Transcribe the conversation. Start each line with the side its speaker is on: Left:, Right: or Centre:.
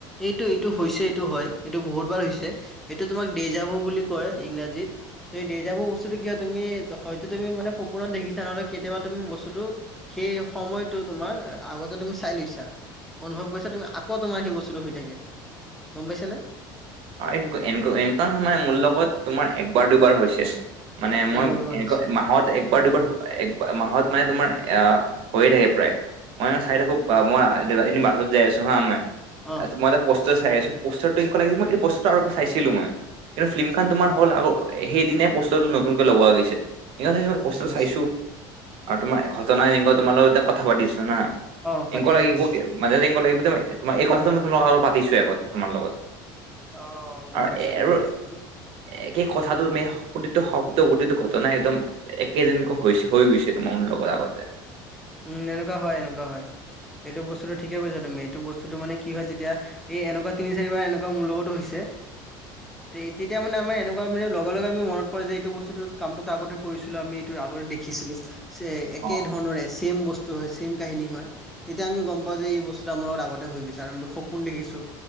Centre: এইটো এইটো হৈছে এইটো হয় এইটো বহুত বাৰ হৈছে। এইটো তোমাক দেই যাবু বুলি কয় ইংৰাজীত ত দে যাবোৰ বস্তুটো কিয় তুমি হয়তো তুমি মানে সপোনত দেখিছা নহ'লে কেতিয়াবা তুমি বস্তুটো সেই সময়তটো তোমাৰ আগতে তুমি চাই লৈছা অনুভৱ কৰিছা তুমি আ ক তোমাৰ সেই বস্তুটো হৈ থাকে গম পাইছে নে
Right: এনো এনেকুৱা সময় মোৰ লগত তোমাৰ একবাৰ দুবাৰ হৈছে। মানে মই
Centre: একবাৰ দুবাৰ
Right: এনেকুৱা
Centre: হৈছে
Right: মাহত একবাৰ দুবাৰ একবাৰ মাহত মানে তোমাৰ আহ হৈয়ে থাকে প্ৰায় মই এ চাই থাকোঁ মই এদিন বাছত যাই আছোঁ হা মই
Centre: অ
Right: তছ মই এটা পোষ্টাৰ চাই আছো পষ্টাৰটো লাগি মই এই পষ্টাৰৰ পৰা চাইছিলো মই কিন্তু ফিল্মখন তোমাৰ
Centre: অ
Right: হল আগ সেইদিনে পষ্টাৰটো নতুনকে লগোৱা গৈছে ইংৰাজী বস্তু
Centre: ঠিক
Right: টো চাইছো
Centre: আছে
Right: আৰু তোমাৰ ঘটনাং তোমাৰ লগৰ এয়া কথা পাতি আছো না
Centre: অ পাতি
Right: এনেকুৱা লাগিব
Centre: আছা হয়
Right: মাজেতে এনেকুৱা লাগিব তোমাৰ এই কথাটো মই তোমাৰ আৰু পাতিছোৱে আগত তোমাৰ লগত
Centre: অ গম
Right: আৰু
Centre: পাইছো গম
Right: আৰু
Centre: পাইছো
Right: একেই কথাটো তমি প্ৰতিটো শব্দ প্ৰতিটো ঘটনা একদম একেজনীকৈ হৈছে হৈ গৈছে তোমাৰ মোৰ লগত আগতে
Centre: উম এনেকুৱা হয় এনেকুৱা হয় এইটো বস্তুটো ঠিকে কৈছা তুমি এইটো বস্তুতটো মানে কি হয় যেতিয়া এই এনেকুৱা তিনি চাৰিবাৰ এনেকুৱা মোৰ লগতো হৈছে।
Right: <inaudible>
Centre: তেতিয়া মানে আমাৰ এনেকুৱা মানে লগে লগে আমি মনত পৰে যে এইটো বস্তুটো কামটোত আগতে কৰিছিলো আমিটো আগতে দে লিখিছিলো একে
Right: অ'।
Centre: ধৰণৰে ছেম বস্তু হয় ছেম কাহিনী হয়। তেতিয়া আমি গম পাওঁ যে এই বস্তুটো আমাৰ লগত আগতে হৈ গৈছে আৰু সপোন দেখিছো।